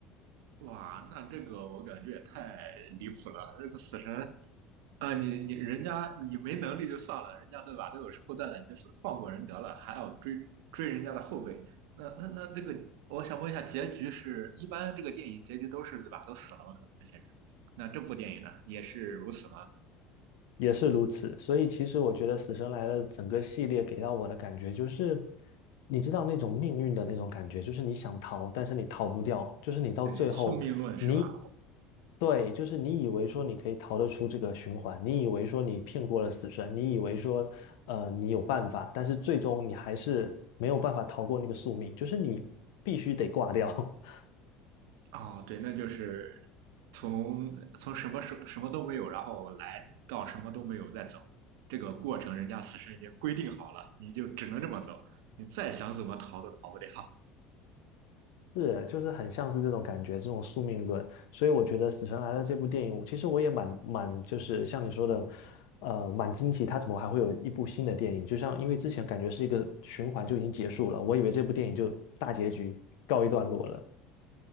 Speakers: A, on the right; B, on the left.
A: 哇，那这个我感觉也太离谱了，这个死神啊，你你人家你没能力就算了，人家对吧都有后代了，就是放过人得了，还要追追人家的后辈，那那那这个，我想问一下，结局是一般这个电影结局都是对吧，都死了嘛那些人，那这部电影呢也是如此吗？
B: 也是如此。所以其实我觉得《死神来了》整个系列给到我的感觉就是，你知道那种命运的那种感觉，就是你想逃，但是你逃不掉，就是你到最后，
A: 对，宿命论是吧？
B: 你对，就是你以为说你可以逃得出这个循环，你以为说你骗过了死神，你以为说呃你有办法，但是最终你还是没有办法逃过那个宿命，就是你必须得挂掉。<laughs>
A: 哦，对，那就是从从什么什什么都没有，然后来到什么都没有再走，这个过程人家死神已经规定好了，你就只能这么走，你再想怎么逃都逃不掉。
B: 是，就是很像是这种感觉，这种宿命论。所以我觉得《死神来了》这部电影，其实我也蛮蛮，就是像你说的，呃，蛮惊奇，它怎么还会有一部新的电影？就像因为之前感觉是一个循环就已经结束了，我以为这部电影就大结局告一段落了，